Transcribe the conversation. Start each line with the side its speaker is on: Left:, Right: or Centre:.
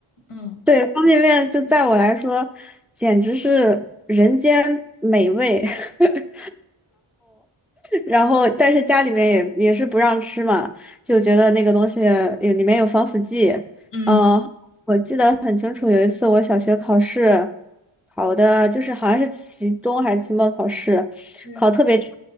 Left: 嗯，
Centre: 对，方便面就在我来说简直是人间美味。<laughs> 然后但是家里面也也是不让吃嘛，就觉得那个东西有里面有防腐剂。
Left: 嗯，
Centre: 嗯，我记得很清楚，有一次我小学考试考的就是好像是期中还是期末考试，
Left: 嗯
Centre: 考特别差，